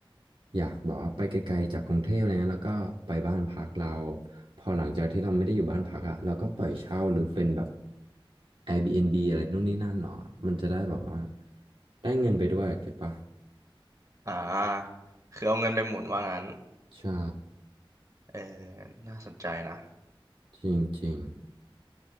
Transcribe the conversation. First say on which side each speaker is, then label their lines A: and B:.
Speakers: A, on the right; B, on the right.
A: อยากแบบว่าไปไกลๆจากกรุงเทพอะไรเงี้ยแล้วก็ไปบ้านพักเราพอหลังจากที่เราไม่ได้อยู่บ้านพักอะเราก็ปล่อยเช่าหรือเป็นแบบ Airbnb อะไรนู่นนี่นั่นหนอมันจะได้แบบว่าได้เงินไปด้วยเก็ตปะ
B: อ่าคือเอาเงินไปหมุนว่างั้น
A: ใช่
B: เออน่าสนใจนะ
A: จริง